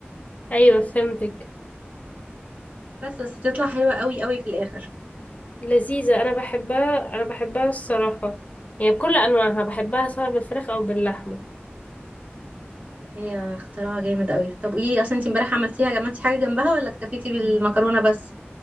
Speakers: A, on the left; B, on the right.
A: ايوه فهمتك
B: بس بس بتطلع حلوه قوي قوي في الاخر
A: لذيذة أنا بحبها أنا بحبها الصراحة يعني بكل أنواعها بحبها سواء بالفراخ أو باللحمة
B: لا، هي اختراع جامد قوي طب قولي لي اصلا انت امبارح عملتيها عملتي حاجه جنبها ولا اكتفيتي بالمكرونه بس